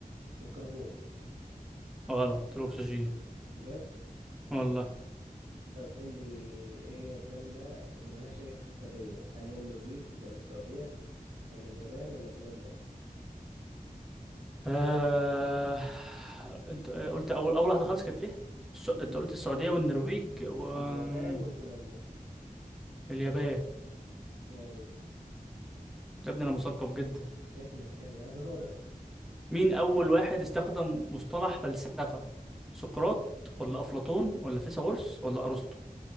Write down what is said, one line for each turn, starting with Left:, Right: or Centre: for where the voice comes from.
Right: الكربون
Centre: غلط الاكسجين
Right: بجد
Centre: والله
Right: طب قول لي ايه هي الدولة اللي ملهاش أي حدود برية هل هي النرويج ولا السعودية ولا اليابان ولا بولندا
Centre: آه... انت آه، قلت اول اول واحدة خالص كانت ايه الس-
Right: الن-
Centre: انت قلت السعودية
Right: النرويج
Centre: والنرويج واليابان
Right: واليابان وبولندا
Centre: يا
Right: جامد
Centre: ابني انا مثقف جدا
Right: شكلك كده <laughs> دورك
Centre: مين أول واحد استخدم مصطلح فلسفة سقراط ولا أفلاطون ولا فيثاغورس ولا أرسطو